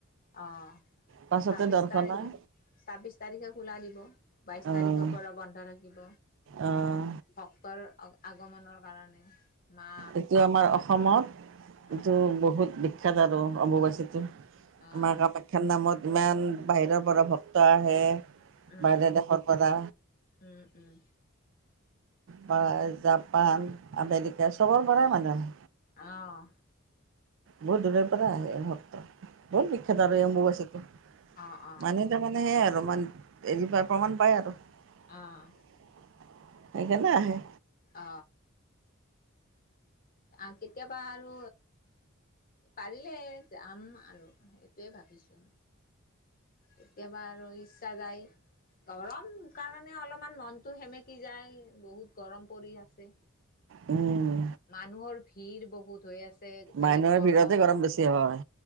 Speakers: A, on the left; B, on the right.
A: অ
B: পাছতে
A: ছাব্বিশ
B: দৰ্শন
A: তাৰিখে
B: হয়
A: ছাব্বিশ তাৰিখে খোলা দিব বাইশ
B: আহ
A: তাৰিখৰ পৰা বন্ধ থাকিব
B: আহ
A: ভক্তৰ আগমনৰ কাৰণে মা
B: এইটো আমাৰ অসমত এইটো
A: আহ
B: বহুত বি খ্যাত আৰু অমুবাচীটো
A: আহ
B: আমাৰ কামাখ্যাৰ নামত ইমান বাহিৰৰ বৰ ভক্ত আহে
A: উম
B: বাহিৰা দেশৰ পৰা
A: উম উম
B: বা জাপান আম এতিয়া চবৰ পৰাই মানুহ
A: অঁ
B: বহুত দূৰৰ পৰা আহে ইহঁত <unintelligible> বহুত বিখ্যাত
A: উম
B: আৰু এম্বুবাচীটো
A: অ', অ',
B: মানুহ তাৰমানে সেয়াই আৰু মান হৰি প্ৰমাণ পায় আৰু সেইকাৰণে
A: অ',
B: আহে।
A: অ আহ কেতিয়াবা আৰু পাৰিলে যাম আৰু সেইটোৱে ভাবিছো কেতিয়াবা আৰু ইচ্ছা যায় গৰম কাৰণে অলপমান মনটো সেমেকি যায় বহুত গৰম পৰি আছে।
B: উম।
A: মানুহৰ ভিৰ ব হুত হৈ আছে ভালে
B: মানুহৰ
A: গৰম
B: ভিৰতে বেছি হয়